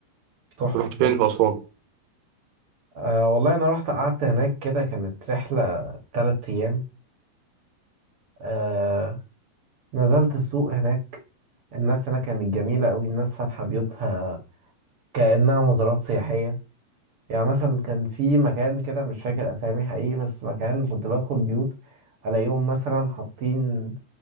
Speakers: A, on the right; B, on the right.
A: تحفه
B: رحت فين في أسوان؟
A: أه والله انا رحت قعدت هناك كده كانت رحله تلات ايام أه نزلت السوق هناك الناس هناك كانت جميله قوي الناس فاتحه بيوتها كانها مزارات سياحيه يعني مثلا كان في مكان كده مش فاكر اسامي حقيقي بس مكان كنت بدخل بيوت الاقيهم مثلا حاطين